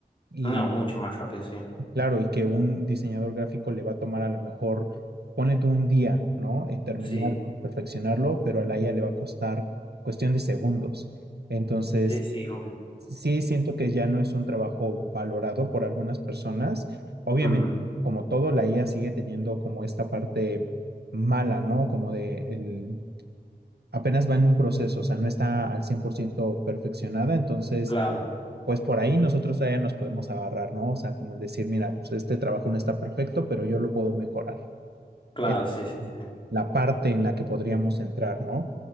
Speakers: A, on the right; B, on the left.
A: Y
B: No, mucho más rápido, sí.
A: Claro, y que un diseñador gráfico le va a tomar a lo mejor, ponete un día, ¿no? En terminar,
B: Sí,
A: perfeccionarlo, pero a la IA le va a costar cuestión de segundos. Entonces,
B: sí, sí, obvio.
A: sí siento que ya no es un trabajo valorado por algunas personas. Obviamente,
B: Mm,
A: como todo, la IA sigue teniendo como esta parte mala, ¿no? Como de el, apenas va en un proceso, o sea, no está al 100% perfeccionada, entonces
B: Claro,
A: pues por ahí nosotros todavía nos podemos agarrar, ¿no? O sea, como el decir, mira, pues este trabajo no está perfecto, pero yo lo puedo mejorar.
B: claro,
A: Es
B: sí, sí, sí.
A: la parte en la que podríamos entrar, ¿no?